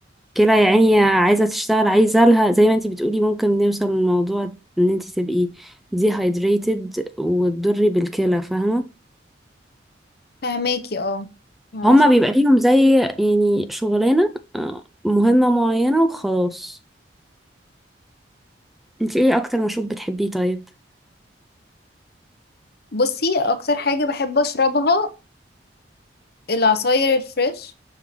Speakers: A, in the centre; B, on the left.
A: الكلى يا عيني عايزة تشتغل عايزة لها زي ما انت بتقولي ممكن نوصل للموضوع ان انت تبقي ديهايدريتد وتضري بالكلى فاهمة
B: فهماكي اه فهماكي
A: هما بيبقى
B: جدا.
A: ليهم زي يعني شغلانة آه، مهمة معينة وخلاص انت ايه اكتر مشروب بتحبيه طيب
B: بصي اكتر حاجه بحب اشربها العصاير الفريش